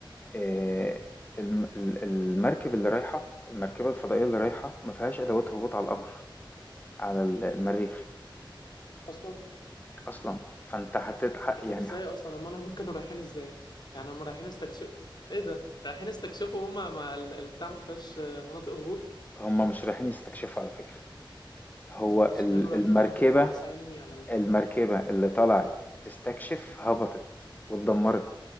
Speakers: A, on the left; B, on the left.
A: آآ الم ال المركب اللي رايحة المركبة الفضائية اللي رايحة ما فيهاش أدوات هبوط على القمر على ال المريخ
B: أصلا
A: أصلًا، فأنت هتت ح
B: إيه
A: يعني
B: طب ازاي أصلا أمال هما كانوا رايحين ازاي يعني هما رايحين استكشف ايه ده رايحين استكشفوا هما ما ال- البتاع ما فيهاش آه، مناطق هبوط
A: هُم مش رايحين يستكشفوا على فكرة، هو
B: م- مش
A: ال
B: كانوا رايحين
A: المركبة
B: يعملوا بحث علمي على ال...
A: المركبة اللي طلعت تستكشف هبطت واتدمرت،